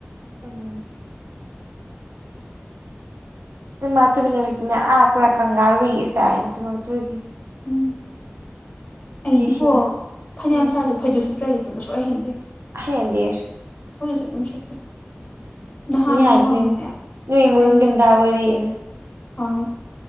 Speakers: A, on the right (about 80°); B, on the left (about 30°).
A: ꯎꯝ ꯏꯃ ꯊꯣꯏꯃꯤꯅꯦꯕꯁꯤꯅꯦ ꯑꯥ ꯄꯨꯔꯥ ꯀꯪꯒꯥꯔꯨꯒꯤ ꯏꯁꯇꯥ꯭ꯏꯟ ꯊꯨꯝꯃꯛꯇꯣꯏꯁꯤ
B: ꯎꯝ ꯑꯩꯗꯤꯕꯣ
A: ꯁꯤꯟ
B: ꯐꯥꯅꯌꯥꯝ
A: ꯎꯝ
B: ꯁꯥꯔꯁꯨ ꯐꯩꯖꯞ ꯁꯨꯞꯇ꯭ꯔꯥꯗꯤ ꯇꯨꯃꯕꯥ ꯁꯨꯛꯍꯩ ꯍꯩꯅꯗꯦ
A: ꯍꯩꯅꯥꯗꯦ ꯑꯩꯁꯨ
B: ꯍꯧꯖꯤꯀꯁꯨ ꯑꯗꯨꯝ ꯁꯨꯞꯄꯦ ꯅꯍꯥꯟ
A: ꯃꯤꯅꯥ
B: ꯅꯣꯡꯃ
A: ꯍꯥꯏꯗꯣꯏꯝ
B: ꯑꯃꯅꯦ
A: ꯅꯣꯏ ꯏꯃꯨꯡ
B: ꯑꯩ
A: ꯅꯤꯡꯗꯝꯊꯥ ꯑꯣꯏꯔꯤꯅ
B: ꯑꯪ